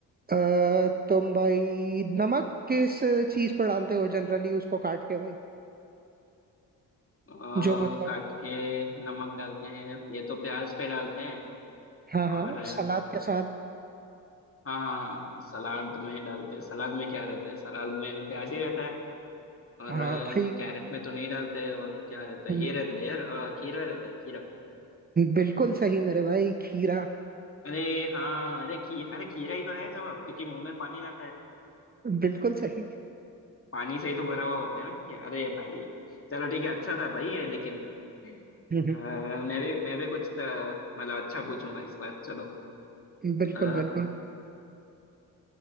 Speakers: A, on the right; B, on the left.
A: अ, तुम भाई नमक किस चीज पर डालते हो जनरली उसको काट के भाई
B: आ,
A: जो मतलब
B: काट के नमक डालते हैं ये तो प्याज पे डालते हैं
A: हाँ हाँ
B: और
A: सलाद के साथ
B: हाँ हाँ हाँ सलाद में डालते सलाद में क्या रहता है सलाद में प्याज ही रहता है और
A: हाँ
B: अ,
A: भाई
B: कैरेट में तो नहीं डालते और क्या रहता
A: हम्म,
B: है ये रहता है यार अ, खीरा रहता है खीरा
A: बिल्कुल सही मेरे भाई खीरा
B: अरे हाँ अरे खीर अरे खीरा ही तो है जवाब क्योंकि मुंह में पानी लाता है
A: बिल्कुल सही
B: पानी से ही तो भरा हुआ होता है ना खीरा अरे भाई चलो ठीक है अच्छा था भाई ये लेकिन
A: हम्म,
B: अ, मैं भी मैं भी कुछ अ, मतलब अच्छा पूछूंगा इस बार चलो
A: बिल्कुल
B: अ,
A: बिल्कुल